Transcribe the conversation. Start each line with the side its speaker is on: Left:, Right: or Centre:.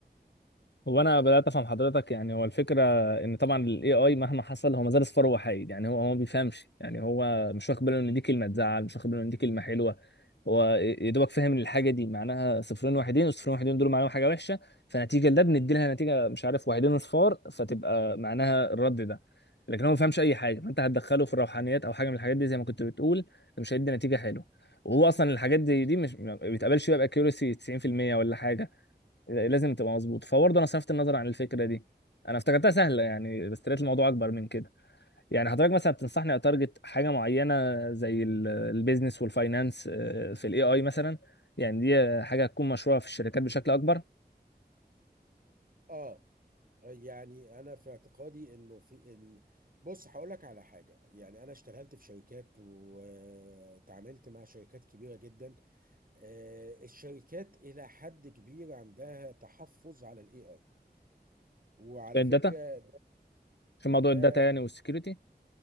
Left: هو انا بدات افهم حضرتك يعني هو الفكره ان طبعا الاي اي مهما حصل هو ما زال صفر وحيد يعني هو هو ما بيفهمش يعني هو مش واخد باله ان دي كلمه تزعل مش واخد باله ان دي كلمه حلوه هو يا دوبك فاهم ان الحاجه دي معناها صفرين واحدين والصفرين واحدين دول معناهم حاجه وحشه فنتيجه لده بندي لها نتيجه مش عارف واحدين اصفار فتبقى معناها الرد ده لكن هو ما فهمش اي حاجه فانت هتدخله في الروحانيات او حاجه من الحاجات دي زي ما كنت بتقول فمش هيدي نتيجه حلوه وهو اصلا الحاجات دي دي مش ما بيتقبلش بقى باكيورسي 90% ولا حاجه لازم تبقى مظبوط فبرضه انا صرفت النظر عن الفكره دي انا افتكرتها سهله يعني بس لقيت الموضوع اكبر من كده يعني حضرتك مثلا بتنصحني اتارجت حاجه معينه زي ال- البيزنس والفاينانس آه، في الاي اي مثلا يعني دي حاجه هتكون مشروعه في الشركات بشكل اكبر
Right: اه يعني انا في اعتقادي انه في ال... بص هقول لك على حاجه يعني انا اشتغلت في شركات وتعاملت مع شركات كبيره جدا آه، الشركات الى حد كبير عندها تحفظ على الاي اي وعلى
Left: الداتا
Right: فكره
Left: في موضوع
Right: ده
Left: الداتا يعني والسكيورتي